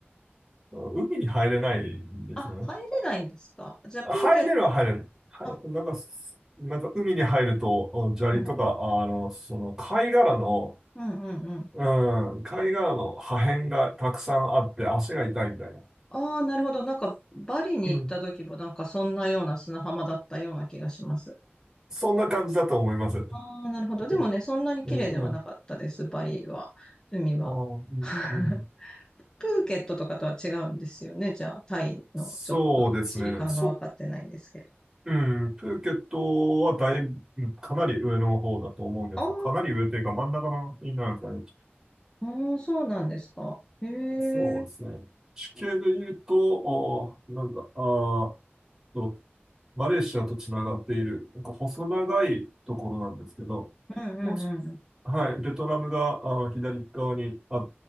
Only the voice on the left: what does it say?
あ、入れないんですかじゃあ、
プーケット、
あ、
うん、
うんうんうん。
ああ、なるほど。なんか、バリに行った時もなんかそんなような砂浜だったような気がします。
ああ、なるほど。でもね、そんなに綺麗ではなかったです、
バリは。海は。
<laughs>
プーケットとかとは違うんですよね。じゃあ、タイのちょっと地理感が分かってないんですけど。
ああ、
うんそうなんですか。へえ。
うん
うんうんうん。